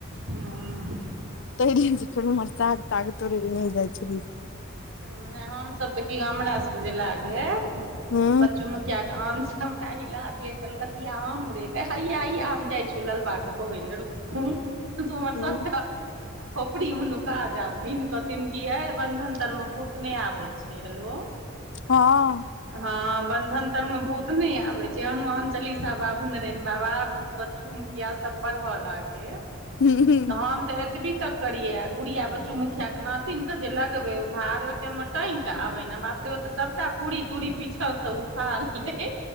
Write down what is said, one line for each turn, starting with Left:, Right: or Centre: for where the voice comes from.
Right: हँ
Left: तय दिन फेर साग साग तोड़ नइ जाइ छल
Right: हम सब तऽ की हमरा सबके जे लागे
Left: हूँ
Right: बच्चू मुखिया के आम सब लागे कलकतिया आम रे हैया हया हम जाइ छ ललबा के कहे ले रूक तुमहर
Left: हूँ
Right: सबटा खोपड़ी मेनुका जाथिन कहथिन की हे बंधन तर में बू नय आबै छियै हेलो
Left: हँ
Right: हँ बन्धन तर में भूत नय आबै हनुमान चलीसा बाबू नरेन बाबा ब पढ़ ह लागै
Left: हूँ हूँ
Right: तऽ एतबी तक करिय गुड़िया बच्चू मुखिया के नातिन के जे लगबे ओ भार टांयग केऽ आबे ने बाप रे ओ ते सबटा पूरी तुरी पीछा से उठा लय